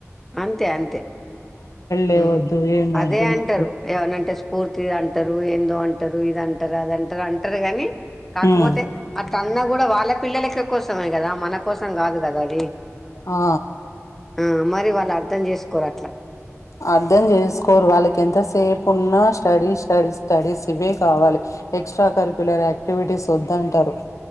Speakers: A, in the centre; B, on the left.
A: అంతె అంతే
B: డే
A: ఊ
B: వద్దు, ఏమొద్దు
A: అదే అంటరు
B: మీకు
A: ఏమన అంటే స్ఫూర్తి అంటరు ఏందో అంట్ అంటరు ఇదంటరు అదంటరు అంటరు గాని కాకపోతె
B: హ్మ్.
A: అట్ల అన్న కూడ వాళ్ళ పిల్లలకె కోసమే కదా మన కోసం కాదు కదా అది
B: ఆ!
A: ఊ మరి వాళ్ళు అర్థం చేసుకోరు అట్ల
B: అర్థం చేసుకోరు వాళ్ళకి ఎంతసేపు ఉన్నా స్టడీ స్టడీ స్టడీస్ ఇవే కావాలి ఎక్స్ ట్ర కరిక్యులర్ యాక్టివిటీస్ వద్దంటరు